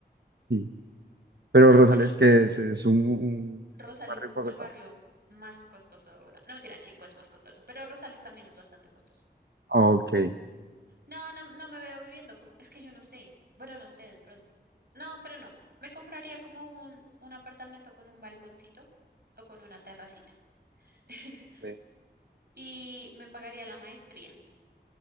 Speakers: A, on the right (about 80°); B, on the right (about 65°).
A: Sí. Pero
B: normalito.
A: Rosales, ¿qué es? ¿Es un, un
B: Rosales
A: barrio
B: es
A: en
B: como
A: Bogotá?
B: el barrio más costoso de Bogotá. No, mentira, Chico es más costoso, pero Rosales también es bastante costoso.
A: Ah, Ok.
B: No, no, no me veo viviendo como, es que yo no sé. Bueno, no sé, de pronto. No, pero no. Me compraría como un, un apartamento con un balconcito o con una terracita. <laughs>
A: Sí,
B: Y me pagaría la maestría.